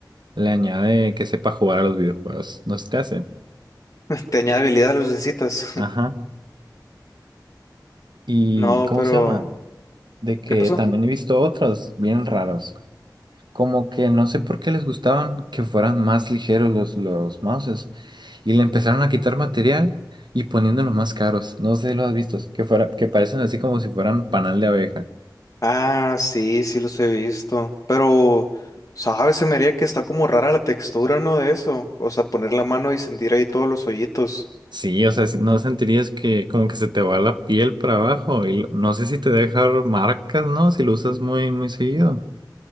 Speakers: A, on the right (about 80°); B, on the left (about 45°).
A: le añade que sepa jugar a los videojuegos. No se te hace.
B: <laughs> ¿Te añade habilidad los necesitas?
A: Ajá.
B: <laughs>
A: ¿Y
B: No,
A: cómo
B: pero
A: se llama? De que
B: ¿qué pasó?
A: también he visto otros bien raros. como que no sé por qué les gustaban que fueran más ligeros los, los mouses y le empezaron a quitar material y poniéndolos más caros. No sé si lo has visto, que fuera, que parecen así como si fueran panal de abeja.
B: Ah, sí, sí los he visto, pero sabes, se me haría que está como rara la textura, ¿no? De eso, o sea, poner la mano y sentir ahí todos los hoyitos.
A: Sí, o sea, si- no sentirías que como que se te va la piel para abajo y lo- no sé si te deja marcas, ¿no? Si lo usas muy, muy seguido.